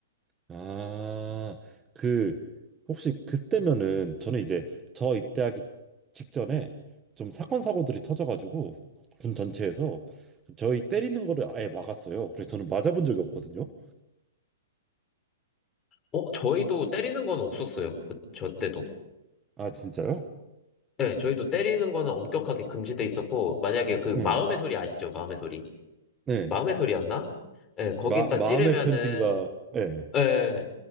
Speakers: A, on the right; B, on the left.
A: 아 그 혹시 그때면은 저는 이제 저 입대하기 직전에 좀 사건 사고들이 터져가지고 군 전체에서 저희 때리는 거를 아예 막았어요. 그래서 저는 맞아본 적이 없거든요.
B: 어, 저희도 때리는 건 없었어요. 그, 저 때도.
A: 아 진짜요?
B: 네, 저희도 때리는 거는 엄격하게 금지돼 있었고, 만약에 그 마음의
A: 네.
B: 소리 아시죠? 마음의 소리.
A: 네.
B: 마음의 소리였나? 네, 거기다
A: 마 마음의
B: 찌르면은,
A: 편지인가? 네.
B: 네,